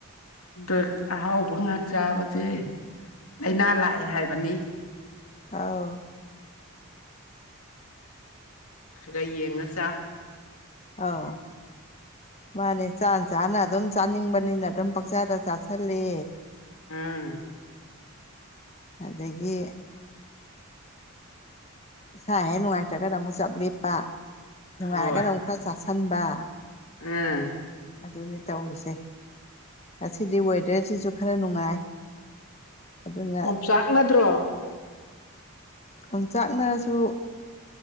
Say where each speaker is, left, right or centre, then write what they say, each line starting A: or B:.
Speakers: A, on the left; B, on the left.
A: ꯑ ꯑꯍꯥꯎꯕ ꯉꯍꯥꯛ ꯆꯥꯕꯗꯤ ꯂꯥꯏꯅꯥ ꯂꯥꯛꯑꯦ ꯍꯥꯏꯕꯅꯤ
B: ꯑꯧ
A: ꯈꯔ ꯈꯔ ꯌꯦꯡꯉ ꯆꯥꯎ
B: ꯑꯥꯎ ꯃꯥꯅꯦ ꯆꯥ ꯆꯥꯅ ꯑꯗꯨꯝ ꯆꯥꯅꯤꯡꯕꯅꯤꯅ ꯑꯗꯨꯝ ꯄꯪꯆꯥꯗ ꯆꯥꯥꯁꯜꯂꯦ
A: ꯎꯝ
B: ꯑꯗꯒꯤ ꯏꯁꯥ ꯍꯦꯛ ꯅꯨꯡꯉꯥꯏꯇ꯭ꯔꯒꯅ ꯑꯃꯨꯛ ꯆꯞ ꯂꯦꯞꯄ ꯅꯨꯡꯉꯥꯏꯔꯒꯅ
A: ꯍꯣꯏ
B: ꯑꯃꯨꯛ ꯈꯔ ꯆꯥꯁꯟꯕ
A: ꯎꯝ
B: ꯑꯗꯨꯅꯤ ꯇꯧꯔꯤꯁꯦ ꯉꯁꯤꯗꯤ ꯋꯦꯗꯔꯁꯤꯁꯨ ꯈꯔ ꯅꯨꯡꯉꯥꯏ ꯑꯗꯨꯅ
A: ꯑꯣꯝꯆꯥꯛꯅꯗ꯭ꯔꯣ
B: ꯑꯣꯝꯆꯥꯛꯅꯔꯁꯨ